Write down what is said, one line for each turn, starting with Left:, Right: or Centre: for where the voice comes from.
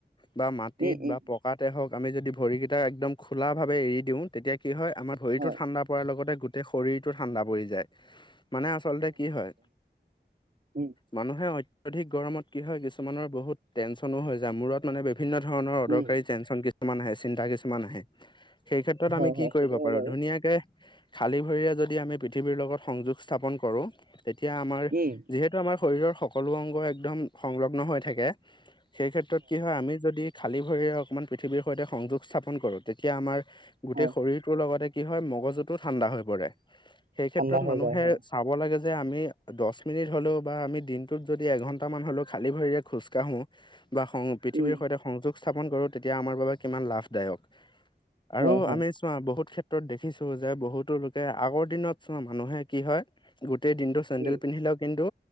Left: বা মাটিত
Right: উম উম
Left: বা প কাতে হঁওক আমি যদি ভৰিকিটা একদম খোলক ভাৱে এৰি দিওঁ তেতিয়া কি হয় আমাৰ ভৰিটো
Right: হয়
Left: ঠাণ্ডা পৰাৰ লগতে গোটেই শৰীৰটো ঠাণ্ডা পৰি যায় মানে আচলতে কি হয়
Right: উম
Left: মানুহে অত্যাধিক গৰমত কি হয় কিছুমানৰ বহুত টেনচনো হৈ যায় মূৰত মানে বিভিন্ন ধৰণৰ অদৰকাৰী
Right: উম
Left: টেনছন কিছুমান আহে সেই বোৰ তো
Right: হয়
Left: আমি কি
Right: হয়
Left: কৰিব
Right: সেইটো হয়
Left: পাৰো
Right: বাৰু
Left: ধুনীয়াকে খালী ভৰিৰে যদি আমি পৃথিৱীৰ লগত সংযোগ স্থাপন কৰোঁ, তেতিয়া আমাৰ
Right: উম
Left: যিহেতু আমাৰ শৰীৰৰ সকলো অংগ একদম সংলগ্ন হৈ থাকে সেই ক্ষেত্ৰত কি হয় আমি যদি খালী ভৰিৰে অকণমান পৃথিৱীৰ সৈতে সংযোগ স্থাপন কৰোঁ, তেতিয়া আমাৰ গোটেই
Right: হয়
Left: শৰীৰটোৰ লগতে কি হয়, মগজুতটো ঠাণ্ডা হৈ পৰে, সেই ক্ষেত্ৰত
Right: ঠাণ্ডা হৈ
Left: মানুহে
Right: যায় হয়
Left: চাব লাগে যে আমি দশ মিনিট হ'লেও বা আমি দিনটোত যদি এঘণ্টামান হ'লেও খালী ভৰিৰে খোজকাঢ়োঁ বা সং পৃথিৱীৰ
Right: উম
Left: সৈতে সংযোগ স্থাপন কৰোঁ তেতিয়া আমাৰ বাবে কিমান লাভদায়ক আৰু
Right: হয় হয়
Left: আমি চোৱা বহুত ক্ষেত্ৰত দেখিছো যে বহুতো লোকে আগৰ দিনত চোৱা মানুহে কি হয় গোটেই দিনটো চেন্দেল
Right: উম
Left: পিন্ধিলেও কিন্তু,